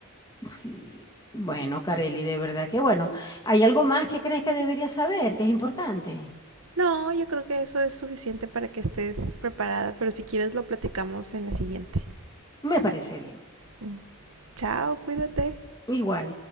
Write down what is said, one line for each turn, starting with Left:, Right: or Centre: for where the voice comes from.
Left: Sí. Bueno, Careli, de verdad que bueno, ¿hay algo más que crees que debería saber, que es importante?
Right: No, yo creo que eso es suficiente para que estés preparada, pero si quieres lo platicamos en la siguiente.
Left: Me parece bien.
Right: Mm. Chao, cuídate.
Left: Igual.